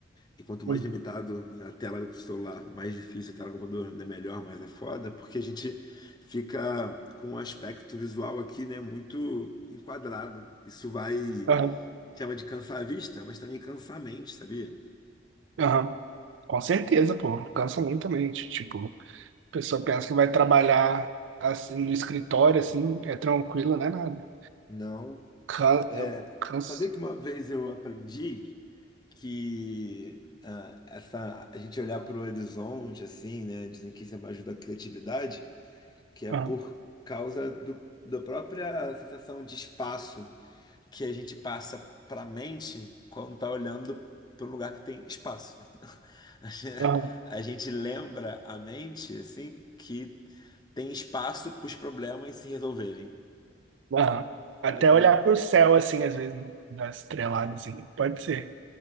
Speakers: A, on the left; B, on the right.
A: E quanto mais
B: Uhum.
A: limitado a tela do celular, mais difícil a tela do computador, ainda melhor, mas é foda, porque a gente fica com um aspecto visual aqui, né, muito enquadrado. Isso vai,
B: Aham,
A: chama de cansar a vista, mas também cansar a mente, sabia?
B: aham. Com certeza, pô, cansa muito a mente. Tipo, a pessoa pensa que vai trabalhar assim no escritório, assim, é tranquilo, não é nada.
A: Não.
B: Cansa,
A: É,
B: cansa.
A: sabia que uma vez eu aprendi que ah, essa, a gente olhar para o horizonte, assim, né, dizem que isso é uma ajuda a criatividade, que é
B: Aham,
A: por causa do, da própria sensação de espaço que a gente passa para a mente quando tá olhando para um lugar que tem espaço. <laughs> A gen-
B: aham,
A: a gente lembra a mente, assim, que tem espaço para os problemas se resolverem.
B: aham.
A: Olha
B: Até
A: que
B: olhar
A: louco.
B: pro céu, assim, às vezes, né? Dar estrelada, assim, pode ser.